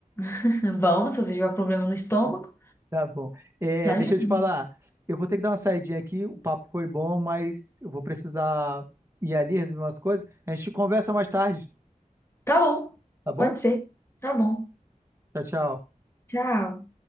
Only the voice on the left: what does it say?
<laughs> Vamos, se você tiver um problema no estômago,
já ajuda.
Tá bom,
pode ser. Tá bom.
Tchau.